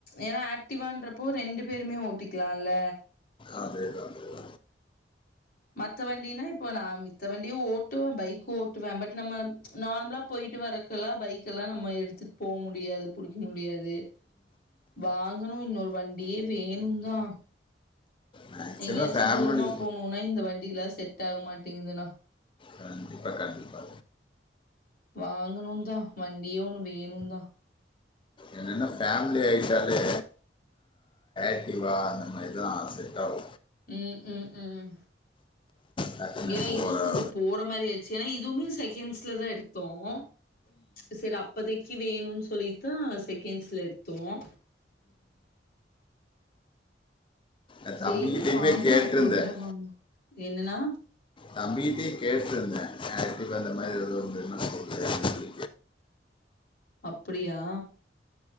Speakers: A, on the left; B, on the left.
A: ஏன்னா ஆக்டிவான்றப்போ ரெண்டு பேருமே ஓட்டிக்கலாம்ல்ல
B: அதே தான் ப்ரோ
A: மத்த வண்டினா இப்போ நான் மித்த வண்டியும் ஓட்டுவேன் பைக்கும் ஓட்டுவேன் பட் நம்ம நார்மலா போய்ட்டு வரக்கெல்லாம் பைக் எல்லா நம்ம எடுத்துட்டுபோ முடியாது புடிக்க முடியாது வாங்கணும் இன்னொரு வண்டி வேணும் தான்
B: மேக்ஸிமம்
A: எங்கயாச்சும்
B: ஃபேமிலி
A: தூரமா போணும்னா இந்த வண்டில்லாம் செட் ஆக மாட்டேங்குதுன்னா
B: கண்டிப்பா கண்டிப்பா
A: வாங்கனும் தான் வண்டியும் ஒன்னு வேணும்தான்
B: என்னென்ன ஃபேமிலியா கிட்ட கேட்டாலே கண்டிப்பா நம்ம ஆசை இதான்
A: ம் ம் ம்
B: டக்குன்னு
A: ஏன்னா
B: போகிற
A: இதுவும் கொஞ்சம் போற மாரி ஆச்சு ஏன்னா இதுவுமே செகண்ட்ஸ்ல தான் எடுத்தோம் செரி அப்பதைக்கு வேணும்ன்னு சொல்லிதான் செகண்ட்ஸ்ல எடுத்தோம்
B: என்
A: சேரி
B: தம்பிக்கிட்டையுமே
A: பாக்கலாம்
B: கேட்டிருந்தேன்
A: பொறுமையா வாங்கலாம் என்னன்னா
B: தம்பிகிட்டயே கேட்டிருந்தேன் ஆக்டிவா அந்த மாரி எதுவும் வந்துன்னா சொல்லு அப்
A: அப்டியா